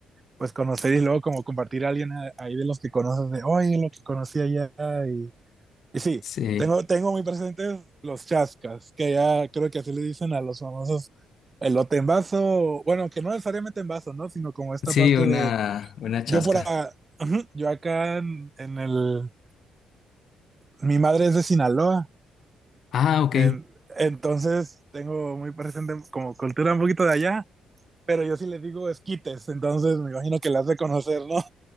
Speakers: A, on the right; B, on the left.
A: pues conocer y luego como compartir a alguien a- ahí de los que conoces, de, oye, lo que conocí allá. Y, y sí,
B: Sí,
A: tengo, tengo muy presentes los chascas, que ya creo que así le dicen a los famosos elote en vaso, bueno, que no necesariamente en vaso, ¿no? Sino como esta
B: sí,
A: parte
B: una,
A: de,
B: una chasca.
A: yo por acá, yo acá en, en el, mi madre es de Sinaloa,
B: Ah, ok.
A: en- entonces tengo muy presente como cultura un poquito de allá. pero yo sí les digo esquites, entonces me imagino que las de conocer, ¿no?